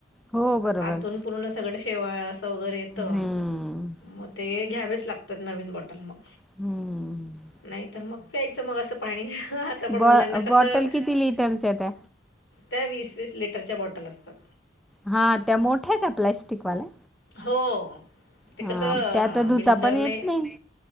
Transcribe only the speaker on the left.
आतून पूर्ण सगळ शेवाळ असं वगैरे येत
म ते घ्यावेच लागतात नवीन बॉटल मग
नाही तर मग प्यायचं मग असं पाणी आता पण
मुलांना
कसं
त्या वीस वीस लिटरच्या बॉटल असतात.
हो ते
कसं
बिल्डरने